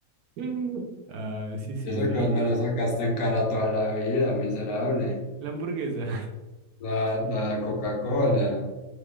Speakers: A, on the right; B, on the left.
A: <laughs> Ah, sí, sí,
B: Y eso
A: la
B: que vos
A: verdad.
B: me lo sacaste en cara toda la vida, miserable.
A: La hamburguesa.
B: La, la de Coca-Cola.